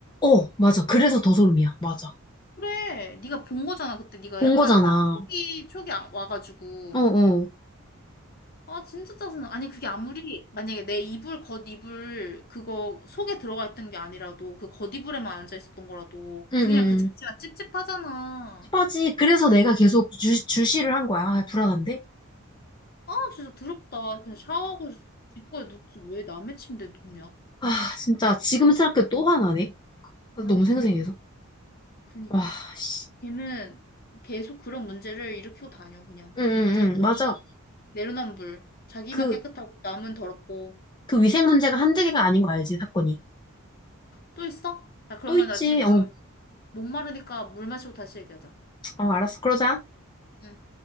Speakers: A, on the left; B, on the left.
A: 어, 맞아. 그래서 더 소름이야. 맞아.
B: 그래, 네가 본 거잖아. 그때 네가
A: 본
B: 약간
A: 거잖아.
B: 뭐, 촉이, 촉이 아- 와가지고.
A: 어, 어.
B: 아, 진짜 짜증나. 아니, 그게 아무리, 만약에 내 이불, 겉이불, 그거 속에 들어가 있던 게 아니라도, 그 겉이불에만 앉아 있었던 거라도,
A: 응,
B: 그냥
A: 응.
B: 그 자체가 찝찝하잖아.
A: 빠지 그래서 내가 계속 주, 주시를 한 거야. 아, 불안한데?
B: 아, 진짜 더럽다. 그냥 샤워하고 뒷거에 눕지. 왜 남의 침대에 눕냐?
A: 아, 진짜. 지금 생각해도 또 화나네. 아,
B: 아니,
A: 너무 생생해서.
B: 그니까, 그니까.
A: 와, 씨.
B: 걔는 계속 그런 문제를 일으키고 다녀, 그냥.
A: 응, 응,
B: 자기,
A: 응. 맞아.
B: 내로남불. 자기만
A: 그,
B: 깨끗하고, 남은 더럽고.
A: 그 위생 문제가 한두 개가 아닌 거 알지, 사건이.
B: 또 있어? 자 그러면
A: 또 있지.
B: 나 지금
A: 어,
B: 목마르니까 물 마시고 다시 얘기하자.
A: 어, 알았어. 그러자.
B: 응.